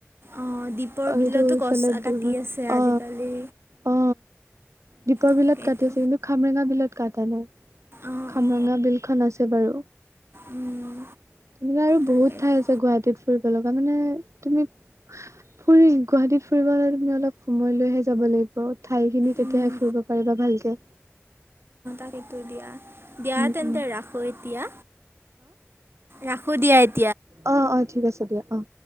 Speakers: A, on the right (about 50°); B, on the right (about 80°).
A: অহ, দ্বীপৰ
B: অ
A: বিলতো
B: সেইটো ইফালে
A: গছ
B: দূৰ
A: কাটি
B: হয়
A: আছে
B: অ
A: আজিকালি
B: অ দীপৰ
A: তাকেতো
B: বিলত কাটিছে কিন্তু খামৰেঙা বিলত কাটা নাই।
A: অঁ
B: খামৰেঙা
A: অঁ
B: বিলখন আছে বাৰু।
A: উম
B: তোমাৰো
A: তাকেতো
B: বহুত ঠাই আছে গুৱাহাটীত ফুৰিব লগা মানে তুমি ফুৰি গুৱাহাটীত ফুৰিব হলে তুমি অলপ সময় লৈহে যাব লাগিব ঠাই খিনি
A: উম
B: তেতিয়াহে ফুৰিব ফুৰিব পাৰিবা ভালকে।
A: সেইটো দিয়া- দিয়া
B: উম
A: তেন্তে
B: উম
A: ৰাখো এতিয়া ৰাখো দিয়া এত
B: অহ -অহ ঠিক আছে দিয়া অহ।